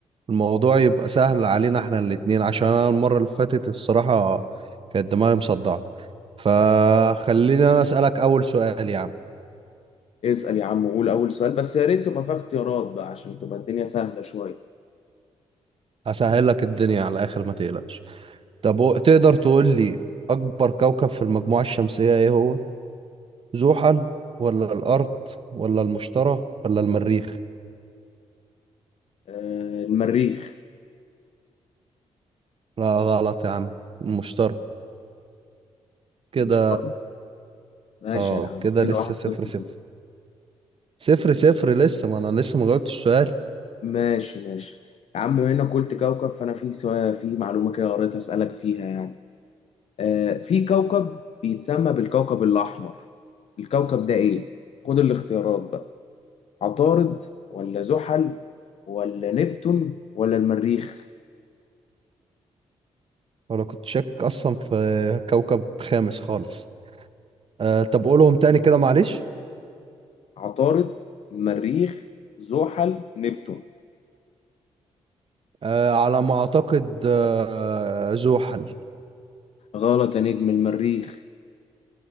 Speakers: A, on the right; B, on the left.
A: الموضوع يبقى سهل علينا احنا الاتنين عشان انا المرة اللي فاتت الصراحة كانت دماغي مصدعة فخليني انا اسألك اول سؤال يا عم
B: اسال يا عم وقول اول سؤال بس يا ريت تبقى فيها اختيارات بقى عشان تبقى الدنيا سهله شويه
A: هسهل لك الدنيا على الاخر ما تقلقش طب و- تقدر تقول لي اكبر كوكب في المجموعة الشمسية ايه هو زحل ولا الارض ولا المشتري ولا المريخ
B: آه، المريخ
A: لا غلط يا عم المشتري كده
B: مش شرط. ماشي
A: اه
B: يا عم
A: كده
B: كده
A: لسه
B: واحد
A: صفر
B: صفر
A: صفر
B: ليك.
A: صفر صفر لسه ما انا لسه ما جاوبتش السؤال
B: ماشي ماشي يا عم بما انك قلت كوكب فانا في سؤال في معلومه كده قريتها اسالك فيها يعني آه، في كوكب بيتسمى بالكوكب الأحمر الكوكب ده إيه؟ خد الاختيارات بقى عطارد ولا زحل ولا نبتون ولا المريخ
A: ولا كنت شاكك اصلا في كوكب خامس خالص آه طب قولهم تاني كده معلش
B: عطارد المريخ زحل نبتون
A: آه على ما اعتقد آه زحل
B: غلط يا نجم المريخ